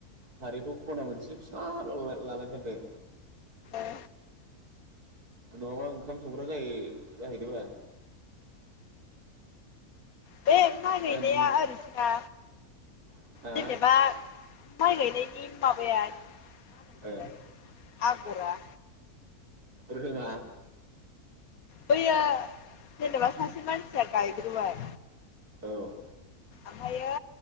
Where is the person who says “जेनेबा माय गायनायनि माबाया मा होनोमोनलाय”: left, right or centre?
Left